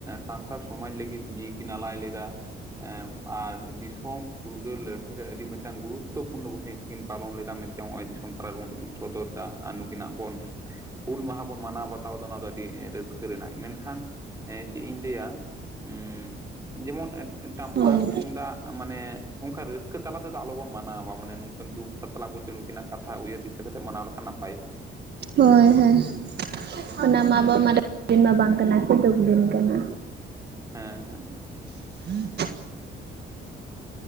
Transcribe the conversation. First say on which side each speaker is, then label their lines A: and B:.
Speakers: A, on the right; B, on the right.
A: ᱥᱟᱱᱛᱟᱲ ᱥᱚᱢᱟᱡ ᱞᱟᱹᱜᱤᱫ ᱡᱤᱣᱤ ᱠᱤᱱ ᱟᱞᱟᱭ ᱞᱮᱫᱟ᱾ ᱮᱸᱜ ᱟᱨ ᱫᱤᱥᱚᱢ ᱯᱷᱩᱨᱜᱟᱹᱞ ᱞᱟᱹᱲᱦᱟᱹᱭ ᱨᱮ ᱟᱹᱰᱤ ᱢᱤᱫᱴᱟᱝ ᱜᱩᱨᱩᱛᱯᱩᱨᱱᱚ ᱵᱷᱩᱢᱤᱠᱟ ᱠᱤᱱ ᱯᱟᱞᱚᱱ ᱞᱮᱫᱟ᱾ ᱱᱚᱜᱼᱚᱭ ᱫᱤᱥᱚᱢ ᱛᱟᱞᱟ ᱨᱮᱵᱚᱱ ᱩᱫᱩᱜ ᱥᱚᱫᱚᱨ ᱫᱟ ᱱᱩᱠᱤᱱᱟᱜ ᱵᱚᱱ ᱦᱩᱞ ᱢᱟᱦᱟ ᱵᱚᱱ ᱢᱟᱱᱟᱣ ᱵᱟᱛᱟᱣ᱾ ᱚᱱᱟ ᱫᱚ ᱟᱹᱰᱤ ᱨᱟᱹᱥᱠᱟᱹ ᱨᱮᱱᱟᱜ ᱢᱮᱱᱠᱷᱟᱱ ᱪᱮᱫ ᱤᱧ ᱞᱟᱹᱭᱟ᱾ ᱩᱸ ᱡᱮᱢᱚᱱ ᱴᱟᱢᱟᱠ,
B: ᱦᱳᱭ
A: ᱛᱩᱢᱫᱟᱜ᱾ ᱢᱟᱱᱮ ᱚᱱᱠᱟ ᱨᱟᱹᱥᱠᱟᱹ ᱛᱟᱞᱟ ᱛᱮᱫᱚ ᱟᱞᱚᱵᱚᱱ ᱢᱟᱱᱟᱣ ᱢᱟᱱᱮ ᱱᱩᱝᱠᱤᱱ ᱫᱩᱠ ᱥᱟᱛᱞᱟ ᱵᱚᱞᱛᱮ ᱱᱩᱠᱤᱱᱟᱜ ᱠᱟᱛᱷᱟ ᱩᱭᱦᱟᱹᱨ ᱫᱤᱥᱟᱹ ᱠᱟᱛᱮ ᱢᱟᱱᱟᱣ ᱞᱮᱠᱷᱟᱱ ᱱᱟᱯᱟᱭᱚᱜᱼᱟ᱾
B: ᱦᱳᱭ ᱦᱳᱭ᱾ ᱚᱱᱟ ᱢᱟ ᱟᱵᱚ <unintelligible> ᱢᱟᱱᱮ ᱫᱤᱱ ᱢᱟ ᱵᱟᱝ ᱠᱟᱱᱟ ᱥᱮ ᱫᱩᱠ ᱫᱤᱱ ᱠᱟᱱᱟ᱾
A: ᱦᱮᱸ ᱦᱮᱸ᱾
B: <inaudible>